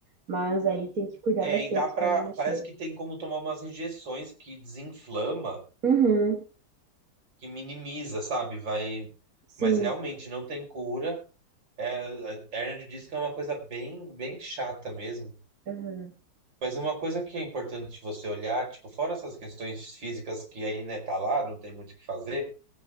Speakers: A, on the right (about 45°); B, on the right (about 65°).
A: Mas aí tem que cuidar
B: É,
A: bastante
B: e dá pra.
A: pra não mexer.
B: Parece que tem como tomar umas injeções que desinflama,
A: Uhum,
B: que minimiza, sabe? Vai.
A: sim.
B: Mas realmente não tem cura. É, a Ernest disse que é uma coisa bem, bem chata mesmo.
A: Uhum.
B: Mas uma coisa que é importante você olhar, tipo, fora essas questões físicas que aí, né, tá lá, não tem muito o que fazer,